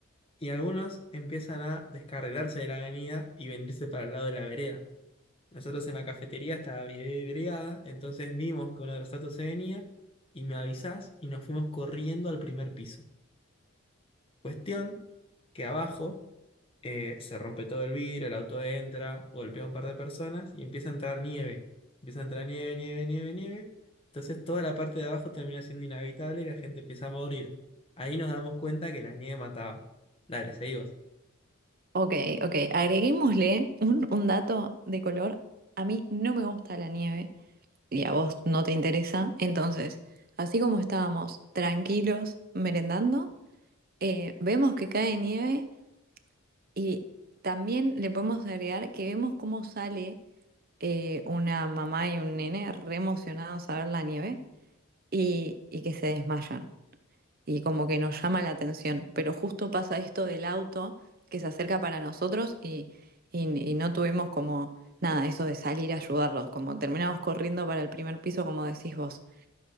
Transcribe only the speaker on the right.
Ok, ok. Agreguémosle un, un dato de color. A mí no me gusta la nieve y a vos no te interesa. Entonces, así como estábamos tranquilos merendando, eh, vemos que cae nieve Y también le podemos agregar que vemos cómo sale eh, una mamá y un nene re emocionados a ver la nieve y, y que se desmayan. Y como que nos llama la atención. Pero justo pasa esto del auto que se acerca para nosotros y, y- y no tuvimos como nada, eso de salir a ayudarlos, como terminamos corriendo para el primer piso, como decís vos.